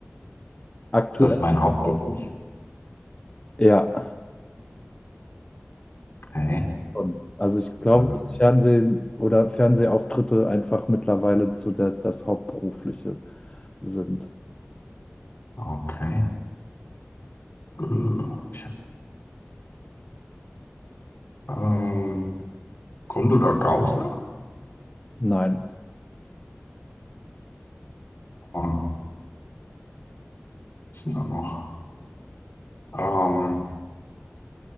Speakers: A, on the left; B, on the left.
A: Aktuell.
B: Das ist mein Hauptberuf.
A: Ja.
B: Okay.
A: schon. Also ich glaube,
B: Ähm.
A: dass Fernsehen oder Fernsehauftritte einfach mittlerweile zu der, das Hauptberufliche sind.
B: Okay. Äh, Ich, ähm, Grund oder Gause?
A: Nein,
B: Ah, Was ist denn da noch? Ähm,